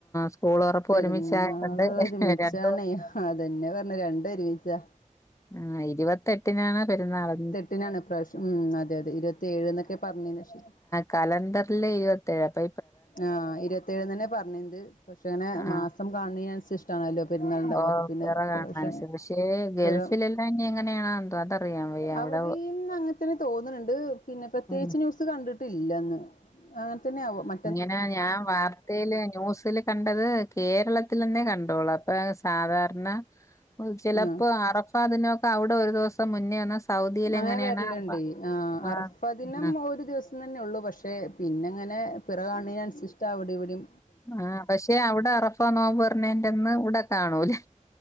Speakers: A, on the left (about 25°); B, on the left (about 90°).
A: സ്കൂൾ തൊറപ്പും
B: പെരുന്നാള്
A: ഒരുമിച്ചായകൊണ്ട്
B: ഒരുമിച്ചാണേ
A: രണ്ടും
B: അതെന്നെ പറഞ്ഞെ രണ്ടും ഒരുമിച്ചാ
A: ആഹ് ഇരുപത്തെട്ടിനാണ് പെരുന്നാള്
B: ഇരുപത്തെട്ടിനാണ് ഇപ്രാവിശ്യം ഉം ഉം അതെ അതെ ഇരുപത്തി ഏഴ് എന്നൊക്കെ പറഞ്ഞീന്നെ പക്ഷേ
A: കലണ്ടർല് ഇരുവത്തേഴാ. അപ്പ
B: ആഹ് ഇരുപത്തേഴ്ന്നെന്നെ പറഞ്ഞിൻത്. പക്ഷേ ങ്ങനെ
A: ആഹ്
B: മാസം കാൺണീനൻസര് ട്ടാണല്ലൊ പെരുന്നാള്ണ്ടാവാ,
A: ഓഹ്
B: അപ്പപ്പിന്നെ
A: പിറ
B: ഇപ്രാവ്ശ്യം
A: കാണുന്ന അനുസരിച്ച് പക്ഷേ ഗൾഫിലെല്ലാം
B: പിറ
A: ഇനി എങ്ങനെയാണോ എന്തോ അതറിയാൻ വയ്യ
B: അവിടീന്നങ്ങത്തെന്നെ
A: അവിടെ
B: തോന്ന്ണ് ണ്ട്, പിന്നെ പ്രത്യേകിച്ച്
A: ഉം
B: ന്യൂസ് ത്ത് കണ്ട്ട്ടില്ലന്ന്. അങ്ങൻത്തെന്ന്യാവും മ
A: ആഹ് ഞാൻ വാർത്തേല് ന്യൂസില് കണ്ടത് കേരളത്തിലെന്നേ കണ്ടോള്ളു. അപ്പേ സാധാര്ണ ചിലപ്പോ
B: ആഹ്
A: അറഫാദിനഒക്കെ അവ്ടെ ഒരു ദിവസം മുന്നേ വന്ന സൗദിയിൽ
B: അങ്ങനെ
A: എങ്ങനെയാണ്
B: വെര്ല്ണ്ടേയ്.
A: അപ്പ-
B: ആഹ്
A: ആ
B: അറഫദിനം
A: ആ
B: ഒരു ദിവസം തന്നൊള്ളു പക്ഷേ, പിന്നെങ്ങനെ പിറ കാൺണീനൻസിഷ്ടാ അവിടിവിടിം
A: ആഹ് പക്ഷേ അവിടെ അറഫാ നോമ്പ് പർഞ്ഞേൻ്റന്ന് ഇവ്ടെ കാണൂലേ?